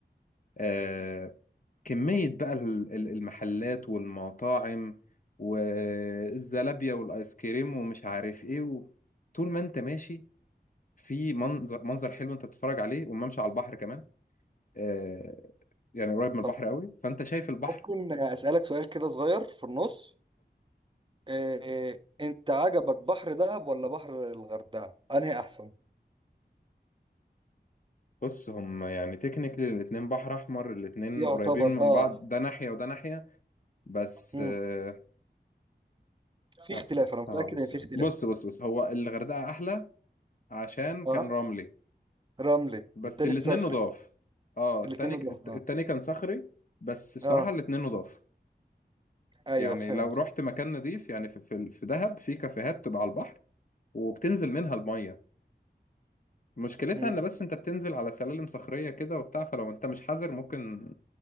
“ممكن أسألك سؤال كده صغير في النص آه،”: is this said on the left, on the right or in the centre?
Right